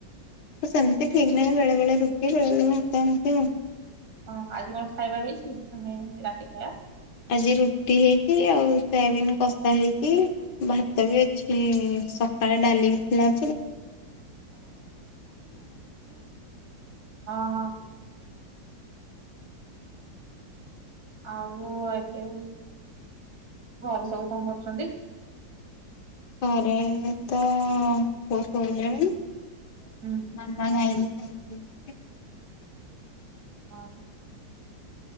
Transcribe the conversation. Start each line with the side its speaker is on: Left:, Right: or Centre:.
Left: ସେମ୍ତି ଠିକ୍ ନାହିଁ, ବେଳେ ବେଳେ ରୁଟି ବେଳେ ବେଳେ ଭାତ ଏମ୍ତି ଆଉ।
Right: ହଁ, ଆଜି କ'ଣ ଖାଇବା ହେଇଚି, ମନେ ରାତି ଖା--ବା?
Left: ଆଜି ରୁଟି ହେଇଚି ଆଉ, ସୋୟାବିିନ୍‌ କଷା ହେଇଚି। ଭାତ ବି ଅଛି, ସକାଳେ ଡ଼ାଲି ଥିଲା। <inaudible>
Right: <inaudible> ଆଉ ଏବେ, ଘରେ ସବୁ କରୁଚନ୍ତି?
Left: <inaudible>
Right: ହୁଁ
Left: <inaudible>
Right: ହଁ